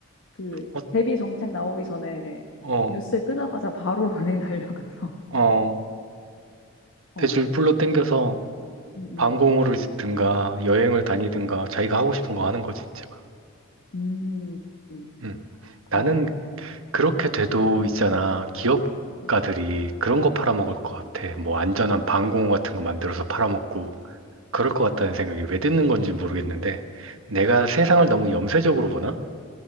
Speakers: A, on the left; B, on the right.
A: 그,
B: 어,
A: 대비 정책 나오기 전에
B: 어,
A: 뉴스에 뜨자마자 바로 <laughs> 은행 달려가서.
B: 어.
A: 어,
B: 대출 풀로 땡겨서
A: 음, 음.
B: 방공호를 짓든가 여행을 다니든가 자기가 하고 싶은 거 하는 거지 이제 막.
A: 음, 음,
B: 음.
A: 그러게.
B: 나는 그렇게
A: 음,
B: 돼도 있잖아. 기업가들이
A: 음.
B: 그런 거 팔아먹을 것 같아. 뭐 안전한 방공호 같은 거 만들어서 팔아먹고 그럴 것 같다는 생각이 왜 드는 건지 모르겠는데 내가 세상을
A: 어,
B: 너무 염세적으로 보나?